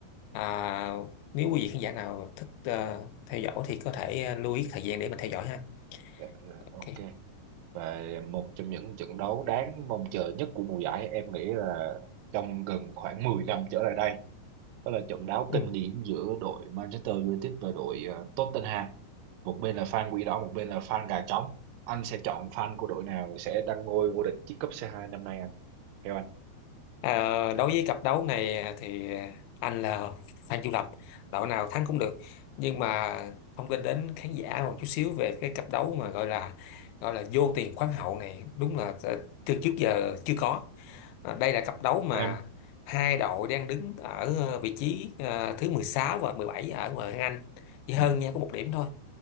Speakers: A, on the left (about 85°); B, on the right (about 85°).
A: à, nếu quý vị khán giả nào thích à, theo dõi thì có thể à, lưu ý thời gian để mình theo dõi ha
B: Dạ, dạ,
A: Ok.
B: ok. Và một trong những trận đấu đáng mong chờ nhất của mùa giải em nghĩ là trong gần khoảng 10 năm trở lại đây đó là trận đấu
A: Ừ.
B: kinh điển giữa đội Manchester United và đội ờ, Tottenham một bên là fan quỷ đỏ một bên là fan gà trống anh sẽ chọn fan của đội nào sẽ đăng ngôi vô địch chiếc cúp C2 năm nay anh theo anh
A: À, đối với cặp đấu này thì anh là fan trung lập đội nào thắng cũng được nhưng mà thông tin đến khán giả một chút xíu về cái cặp đấu mà gọi là gọi là vô tiền khoáng hậu này đúng là ờ, từ trước giờ chưa có À, đây là cặp đấu mà
B: em
A: hai đội đang đứng ở ờ, vị trí ờ, thứ 16 và 17 ở ngoại hạng Anh chỉ hơn
B: dạ
A: nhau có một điểm thôi